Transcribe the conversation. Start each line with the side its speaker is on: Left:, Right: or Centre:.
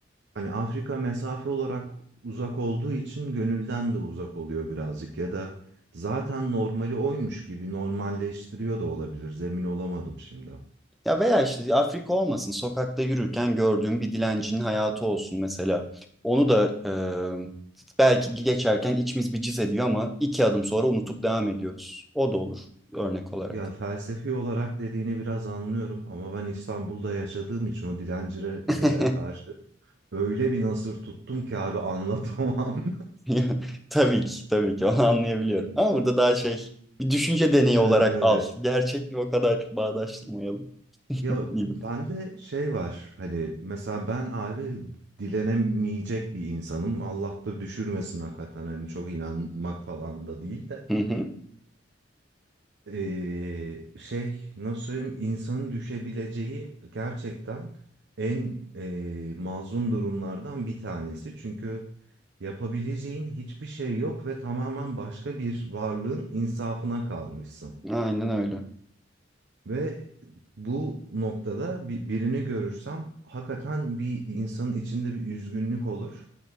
Right: Hani Afrika mesafe olarak uzak olduğu için gönülden de uzak oluyor birazcık ya da zaten normali oymuş gibi normalleştiriyor da olabilir. Zemin olamadım şimdi.
Centre: Ya veya işte Afrika olmasın, sokakta yürürken gördüğüm bir dilencinin hayatı olsun mesela. Onu da e, belki geçerken içimiz bir cız ediyor ama iki adım sonra unutup devam ediyoruz. O da olur örnek olarak.
Right: Ya felsefi olarak dediğini biraz anlıyorum ama ben İstanbul'da yaşadığım için o dilencilere
Centre: <laughs>
Right: karşı öyle bir nasır tuttum ki abi anlatamam. <laughs>
Centre: <laughs> Tabii ki, tabii ki onu anlayabiliyorum. Ama burada daha şey bir düşünce deneyi
Right: Evet
Centre: olarak
Right: evet.
Centre: al. Gerçekle o kadar bağdaştırmayalım
Right: Ya
Centre: gibi.
Right: bende şey var hani mesela ben abi dilenemeyecek bir insanım. Allah da düşürmesin hakikaten hani çok inanmak falan da değil de.
Centre: Hı hı.
Right: Ee, şey nasıl söyleyeyim insanın düşebileceği gerçekten en ee, mazlum durumlardan bir tanesi. Çünkü yapabileceğin hiçbir şey yok ve tamamen başka bir varlığın insafına kalmışsın.
Centre: Aynen öyle.
Right: Ve bu noktada bi- birini görürsem hakikaten bir insanın içinde bir üzgünlük olur.